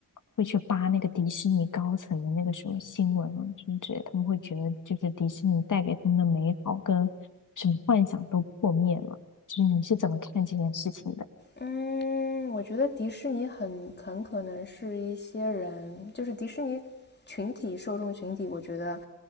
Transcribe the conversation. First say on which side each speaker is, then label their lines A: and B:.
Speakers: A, on the left; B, on the left.
A: 会去扒那个迪士尼高层的那个什么新闻啊什么之类的他们会觉得就是迪士尼带给他们的美好跟什么幻想都破灭了。就是你是怎么看这件事情的？
B: 嗯，我觉得迪士尼很很可能是一些人，就是迪士尼群体受众群体，我觉得